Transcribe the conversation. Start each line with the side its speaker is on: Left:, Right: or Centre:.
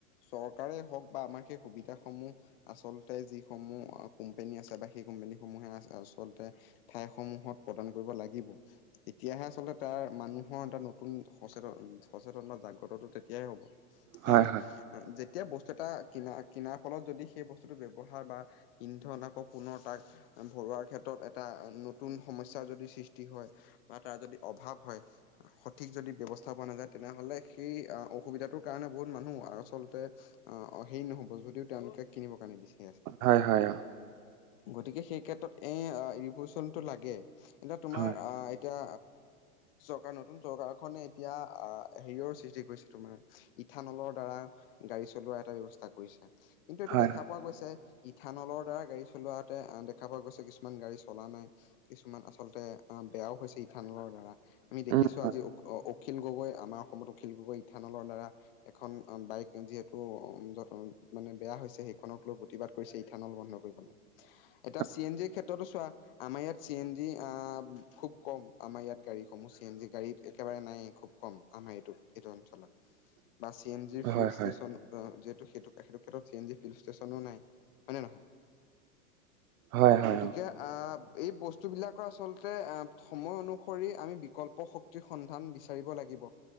Left: চৰকাৰে হওঁক বা আমাৰ সেই সুবিধাসমূহ আচলতে যিসমূহ কোম্পানী আছে বা সেই কোম্পানীসমূহে আচলতে ঠাইসমূহত প্ৰদান কৰিব লাগিব। তেতিয়াহে আচলতে তাৰ মানুহৰ এটা নতুন সচেতন, সচেতন বা জাগ্ৰতটো তেতিয়াহে হ'ব। কাৰণ
Right: হয় হয়
Left: যেতিয়া বস্তু এটা কিনা, কিনাৰ ফলত যদি সেই বস্তুটো ব্যৱহাৰ বা। ইন্ধন আকৌ পুনৰ তাক ভৰোৱাৰ ক্ষেত্ৰত এটা নতুন সমস্যা। যদি সৃষ্টি হয় বা তাৰ যদি অভাৱ হয়। সঠিক যদি ব্যৱস্থা পোৱা নাযায় তেনেহলে সেই অসুবিধাটোৰ কাৰণে বহুত মানুহ আচলতে। অ, অ হেৰি নহ'ব যদিও তেওঁ লোকে কিনিবৰ কাৰণ নিছে।
Right: হয়, হয়।
Left: গতিকে সেই ক্ষেত্ৰত এ ৰিভলিচন টো লাগে। এতিয়া তোমাৰ
Right: হয়
Left: এতিয়া। চৰকাৰ নতুন চৰকাৰখনে এতিয়া আহ হেৰিয়ৰ সৃষ্টি কৰিছে তোমাৰ। ইথানলৰ দ্বাৰা গাড়ী চলোৱা এটা ব্যৱস্থা কৰিছে কিন্তু এইটো
Right: হয়
Left: দেখা
Right: হয়
Left: পোৱা গৈছে। ইথানলৰ দ্বাৰা গাড়ী চলোৱাতে দেখা পোৱা গৈছে কিছুমান গাড়ী চলা নাই। কিছুমান আচলতে অ' বেয়াও হৈছে ইথানলৰ দ্বাৰা আমি দেখিছো
Right: উম হয়
Left: আজি। অখিল গগৈ আমাৰ অসমত অখিল গগৈ ইথানলৰ দ্বাৰা এখন বাইক যিহেতু য মানে বেয়া হৈছে সেইখনক লৈ প্ৰতিবাদ। হৈছে ইথানল বন্ধ কৰিব লাগে।
Right: <inaudible>
Left: এটা চি এন জিৰ ক্ষেত্ৰতো চোৱা আমাৰ ইয়াত চি এন জি খুব কম আমাৰ ইয়াত গাড়ীসমূহ চি এন জি গাড়ীত একেবাৰে নাই খুব কম। আমি এইটো -এইটো অঞ্চলৰ
Right: <inaudible>
Left: বা চি এন জিৰ ফিউল
Right: হয়
Left: ষ্টেচন
Right: হয়
Left: যিহেতু সেতু - সেতু ক্ষেত্ৰত চি এন জি ফিউল ষ্টেচনো নাই হয় নে নহয়?
Right: হয় হয়
Left: গতিকে
Right: অ
Left: আ এই বস্তু বিলাকৰ আচলতে সময় অনুসৰি আমি বিকল্প শক্তি সন্ধান বিচাৰিব লাগিব।